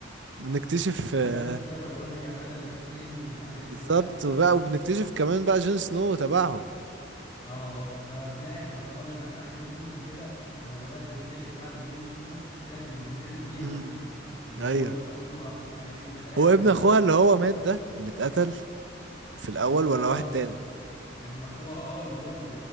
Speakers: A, on the right; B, on the left.
A: بنكتشف آه،
B: مش عارف ستار هو اللي كان قتل المات كينج ومش عارف ايه
A: بالظبط
B: وبتاع
A: وبقى وبنكتشف كمان بقى جون سنو وتبعهم
B: اه ده في الاخر ده خالص ده في اخر موسم كده لما بدات تكتشف بقى ان جون سنو طلعت ان دينيريس دي عمته
A: امم
B: وان هو
A: ايوه
B: ابن اخوها ومش عارف ايه وبتاع
A: هو ابن
B: فاللي
A: اخوها
B: هو
A: اللي هو مات ده اللي اتقتل في الاول
B: اللي هو
A: ولا واحد
B: ابن
A: تاني
B: أخ- ابن اخوها اه اللي هو اللي